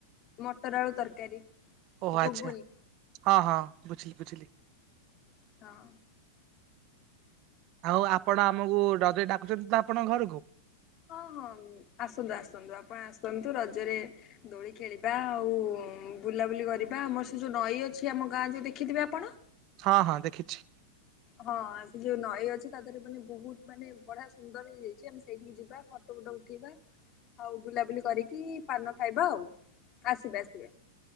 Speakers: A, on the left; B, on the right.
A: ମଟର ଆଳୁ ତରକାରୀ
B: ଓହୋ
A: ଗୁଗୁନୀ।
B: ଆଚ୍ଛା ହଁ ହଁ ବୁଝିଲି ବୁଝିଲି।
A: ହଁ।
B: ଆଉ ଆପଣ ଆମକୁ <unintelligible> ଡାକୁଛନ୍ତି ତ ଆପଣଙ୍କ ଘରକୁ।
A: ହଁ ହଁ ଆସନ୍ତୁ ଆସନ୍ତୁ ଆପଣ ଆସନ୍ତୁ ରଜରେ ଦୋଳି ଖେଳିବା ଆଉ ବୁଲାବୁଲି କରିବା ଆମର ସେ ଯୋଉ ନଈ ଅଛି ଆମ ଗାଁ ଯୋଉ ଦେଖିଥିବେ ଆପଣ?
B: ହଁ ହଁ ଦେଖିଛି।
A: ହଁ ସେ ଯୋଉ ନଈ ଅଛି ତା ଦେହରେ ମାନେ ବହୁତ୍ ମାନେ ବଢ଼ିଆ ସୁନ୍ଦର ହେଇଯାଇଛି ଆମେ ସେଇଠିକି ଯିବା। ଫଟୋ ଫୁଟ ଉଠେଇବା ଆଉ ବୁଲାବୁଲି କରିକି ପାନ ଖାଇବା ଆଉ ଆସିବା ସିଏ।